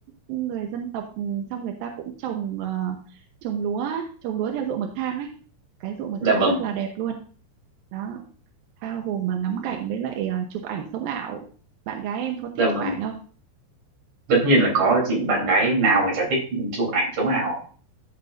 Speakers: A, on the right (about 70°); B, on the right (about 45°).
A: người dân tộc ừ, xong người ta cũng trồng ờ, trồng lúa á, trồng lúa theo ruộng bậc thang ấy cái ruộng bậc
B: dạ
A: thang
B: vâng
A: rất là đẹp luôn đó tha hồ mà ngắm cảnh với lại ờ, chụp ảnh sống ảo bạn gái em có
B: dạ
A: thích
B: vâng
A: chụp ảnh không
B: tất nhiên là có chị bạn gái nào mà chả thích chụp ảnh chống ảo